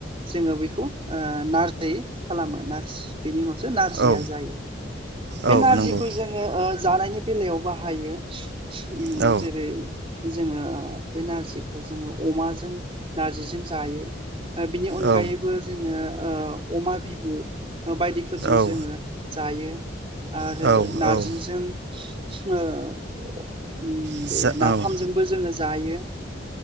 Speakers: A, on the right; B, on the right.
A: जोङो बेखौ ओ नारजै खालामो नारजि बेनि उनावसो नारजिया
B: ओ औ
A: जायो बे
B: औ
A: नारजिखौ
B: नंगौ
A: जोङो ओ जानायनि बेलायाव बाहायो। उम
B: औ
A: जेरै जोङो बे नारजिखौ जोङो अमाजों नारजिजों जायो बिनि अनगायैबो
B: औ
A: जोङो ओ अमा बि <inaudible> बायदिफोरजों
B: औ
A: जोङो जायो आरो
B: औ
A: नारजिजों
B: औ
A: <unintelligible>
B: जा
A: बे
B: औ
A: नाफामजोंबो जोङो जायो